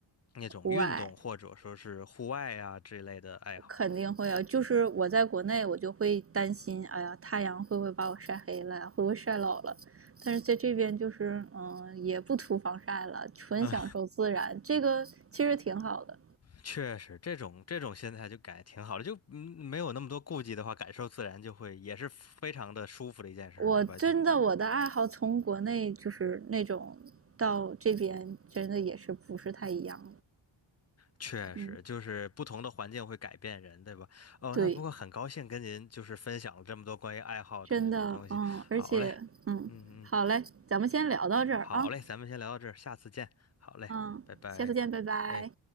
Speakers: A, on the left (about 35°); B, on the right (about 30°).
A: 那种运动或者说是户外啊这类的爱好。
B: 户外肯定会啊，就是我在国内，我就会担心，哎呀，太阳会不会把我晒黑了呀？会不会晒老了？但是在这边就是，嗯，也不涂防晒了，纯享受自然，
A: 嗯，
B: 这个其实挺好的。
A: 确实这种这种心态就感觉挺好的，就嗯没有那么多顾忌的话，感受自然就会也是非常的舒服的一件事儿，
B: 我真的我的爱好从国内就是那种到这边，
A: 是吧？就
B: 真的也是不是太一样。
A: 确实，
B: 嗯，
A: 就是不同的环境会改变人，对吧？哦，
B: 对，
A: 那不过很高兴跟您就是分享了这么多关于爱好的这种东西。
B: 真的，嗯，而且，
A: 好嘞，
B: 嗯，
A: 嗯嗯，
B: 好嘞，咱们先聊到这儿啊，
A: 好嘞，咱们先聊到这儿，下次见。好嘞，
B: 嗯，
A: 拜拜。
B: 下次见，拜拜。
A: 哎。